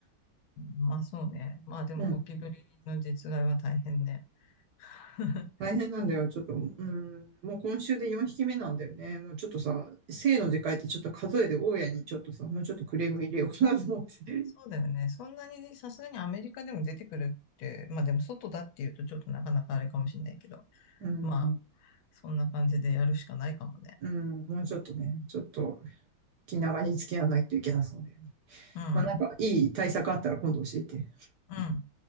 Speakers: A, on the left (about 75°); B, on the right (about 70°).
A: まあそうね。まあでもゴキブリの実害は大変ね。
B: うん。
A: <laughs>
B: 大変なんだよ、ちょっと。うん、もう今週で4匹目なんだよね。もうちょっとさ、生の時界ってちょっと数えで大家にちょっとさ、もうちょっとクレーム入れようかなと思って。
A: そうだよね。そんなにねさすがにアメリカでも出てくるって、まあでも外だっていうとちょっとなかなかあれかもしれないけど、
B: <laughs> うん、
A: まあそんな感じでやるしかないかもね。
B: うん、もうちょっとね、ちょっと気長に付き合わないといけなそうだよね。
A: うん、
B: まあ、なんかいい対策あったら今度教えて。
A: うん。